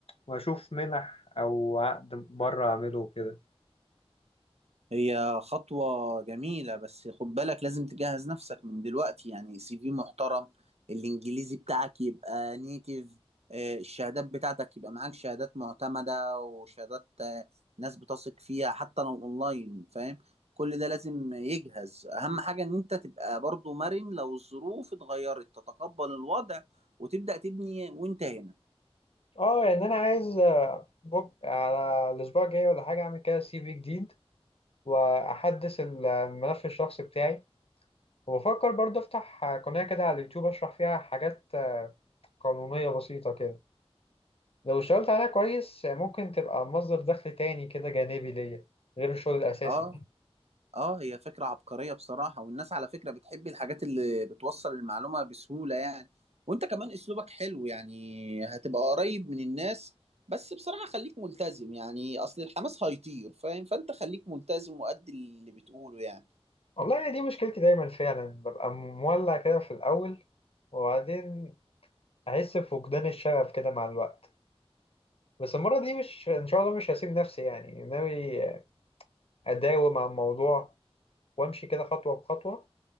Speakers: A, on the left; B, on the right.
A: وأشوف منح أو عقد بره أعمله وكده
B: هي خطوة جميلة بس خد بالك لازم تجهز نفسك من دلوقتي يعني سي في محترم الإنجليزي بتاعك يبقى نيتيف الشهادات بتاعتك يبقى معاك شهادات معتمدة وشهادات آه، ناس بتثق فيها حتى لو أونلاين فاهم كل ده لازم يجهز أهم حاجة إن أنت تبقى برضو مرن لو الظروف اتغيرت تتقبل الوضع وتبدأ تبني وأنت هنا
A: اه يعني انا عايز آه، بك... على الاسبوع الجاي ولا حاجه اعمل كده سي في جديد واحدث الملف الشخصي بتاعي وبفكر برضه افتح قناه كده على اليوتيوب اشرح فيها حاجات آه، قانونيه بسيطه كده لو اشتغلت عليها كويس ممكن تبقى مصدر دخل تاني كده جانبي ليا غير الشغل الأساسي
B: اه اه هي فكرة عبقرية بصراحة والناس على فكرة بتحب الحاجات اللي بتوصل المعلومة بسهولة يعني وانت كمان اسلوبك حلو يعني هتبقى قريب من الناس بس بصراحة خليك ملتزم يعني اصل الحماس هيطير فاهم فانت خليك ملتزم وأدي اللي بتقوله يعني
A: والله يعني دي مشكلتي دايما فعلا ببقى مولع كده في الأول وبعدين أحس بفقدان الشغف كده مع الوقت بس المرة دي مش إن شاء الله مش هسيب نفسي يعني ناوي أداوم على الموضوع وأمشي كده خطوة بخطوة